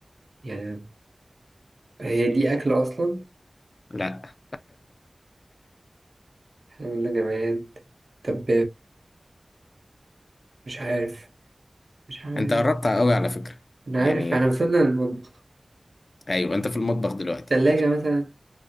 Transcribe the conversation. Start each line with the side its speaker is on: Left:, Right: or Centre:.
Right: يعني هي دي أكل أصلا
Left: لا
Right: احنا قلنا جماد طب مش عارف مش
Left: <laughs>
Right: عارف
Left: انت قربت قوي على فكرة
Right: أنا
Left: يعني
Right: عارف احنا وصلنا للمطبخ
Left: ايوه انت في المطبخ دلوقتي
Right: تلاجة مثلا